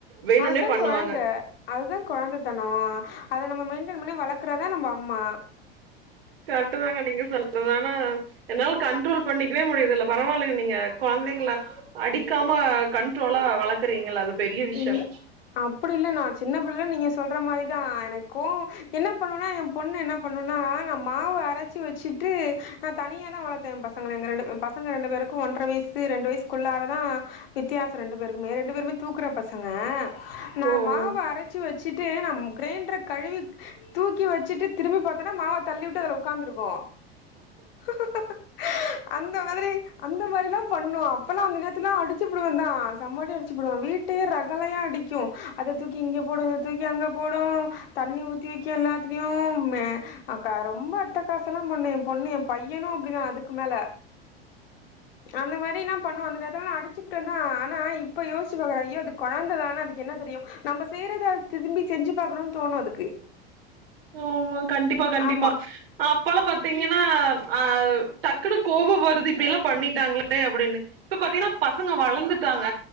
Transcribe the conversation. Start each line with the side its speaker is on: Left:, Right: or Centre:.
Right: வேணுனே
Left: அதுதா
Right: பண்ணுவாங்க
Left: கொழந்த அதுதா கொழந்தத்தனோ அத நம்ம மெயின்டெய்ன் பண்ணி வளக்றதா நம்ப அம்மா
Right: கர்ட்டு தாங்க நீங்க சொல்றது ஆனா என்னால கன்ட்ரோல் பண்ணிக்கவே முடியறதில்ல பரவால்ல நீங்க கொழந்தைங்கள அடிக்காம கன்ட்ரோலா வளக்குறீங்கள அது பெரிய விஷயம்
Left: இல்ல அப்டியில்ல நா சின்ன பிள்ளைல நீங்க சொல்ற மாரிதா எனக்கு கோவோ என்ன பண்ணுனா எ பொண்ணு என்ன பண்ணுனா நா மாவு அரச்சி வச்சுட்டு நா தனியா தா வளத்தே எ பசங்கள எங்க ரெண்டு பசங்க ரெண்டு பேருக்கு ஒன்ர வய்சு ரெண்டு வய்சுக்குள்ளாரதா வித்தியாசோ ரெண்டு பேருக்குமே ரெண்டு பேருமே தூக்குற பசங்க நா
Right: ஓ
Left: மாவு அர ச்சு வச்சுட்டு நம் க்ரைண்ட்ற கழுவி தூக்கி வச்சிட்டு திரும்பி பாத்தேன்னா மாவ தள்ளி வுட்டு அதுல ஒக்காந்துருக்கு <unintelligible> அந்த மாதிரி அந்த மாரிலா பண்ணு அப்பெல்லா அந்த நேரத்துலா அடிச்சுபுடுவேதா செம்மடி அடிச்சு அப்றோ வீட்டே ரகளையா அடிக்கு அத தூக்கி இங்க போடு இத தூக்கி அங்க போடு தண்ணி ஊத்தி வெக்கு எல்லாத்லியு மே ஆ கா ரொம்ப அட்டக்காசோலா பண்ணு எ பொண்ணு எ பையனு அப்டிதா அதுக்கு மேல அந்த மாரிலா பண்ண உடனேதா அடிச்சுப்புட்டதா ஆனா இப் இப்போ யோசிச்சு பாக்குற ஐய அது குழந்த தான அதுக்கு என்ன தெரியு நம்ம செய்யறத அத திதும்பி செஞ்சு பாக்கணும்னு தோனு அதுக்கு
Right: ஆமா கண்டிப்பா கண்டிப்பா
Left: ஆமா
Right: அப்பல்லா பாத்தீங்கன்னா ஆ டக்குன்னு கோவோ வருது இப்டிலா பண்ணிட்டாங்களே அப்டின்னு இப்ப பாத்தீங்கன்னா பசங்க வளந்துட்டாங்க